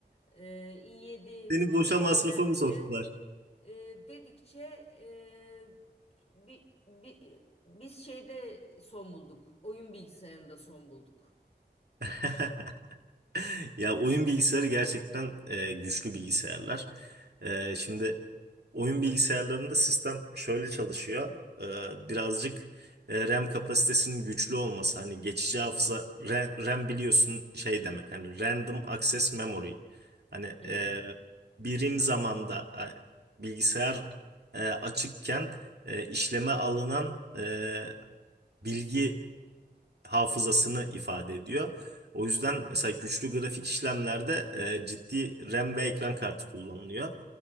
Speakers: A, on the left (about 35°); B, on the right (about 65°).
A: eee, i7
B: Seni
A: Plus
B: boşa
A: işlemci
B: masrafa mı soktular?
A: eee, dedikçe eee, bi- bi- biz şeyde son bulduk. Oyun bilgisayarında son bulduk.
B: <laughs> Ya oyun bilgisayarı gerçekten e, güçlü bilgisayarlar. E, şimdi oyun bilgisayarlarında sistem şöyle çalışıyor. E, birazcık e, RAM kapasitesinin güçlü olması. Hani geçici hafıza RAM, RAM biliyorsun şey demek. Hani Random Access Memory. Hani
A: Hmm.
B: e, birim zamanda e, bilgisayar e, açıkken e, işleme alınan e, bilgi hafızasını ifade ediyor. O yüzden mesela güçlü grafik işlemlerde e, ciddi RAM ve ekran kartı kullanılıyor.